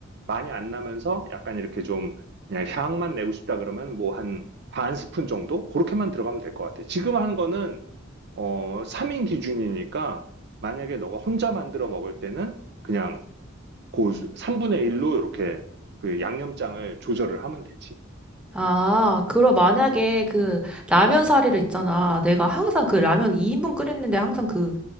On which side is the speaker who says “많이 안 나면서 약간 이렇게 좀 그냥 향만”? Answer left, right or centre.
Right